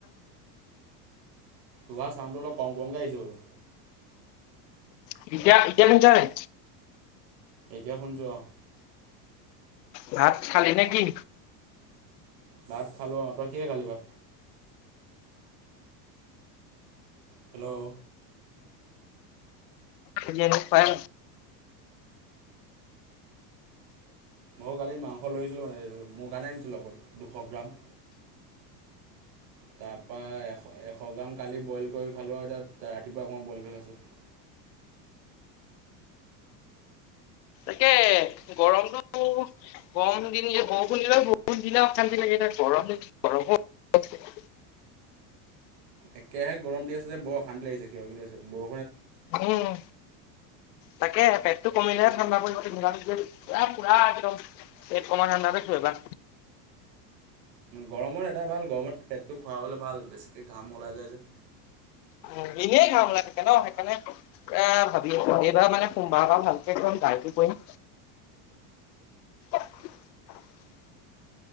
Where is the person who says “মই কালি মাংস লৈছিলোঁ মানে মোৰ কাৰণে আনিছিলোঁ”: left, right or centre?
Right